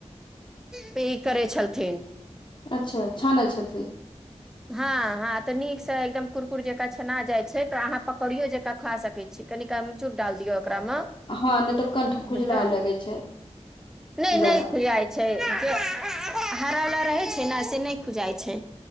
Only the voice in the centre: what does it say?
पी करै छलथिन।
हँ-हँ तऽ नीक स एकदम कुरकुर जका छना जाइ छै तऽ आहाँ पक करियो जेका खा सक छी कनिक आमचूर डाल दिययौ ओकरा म
बुझलौ
नै
नै छै आई छै, जे हरावला रहै छै न, से नै खुजाइ छै।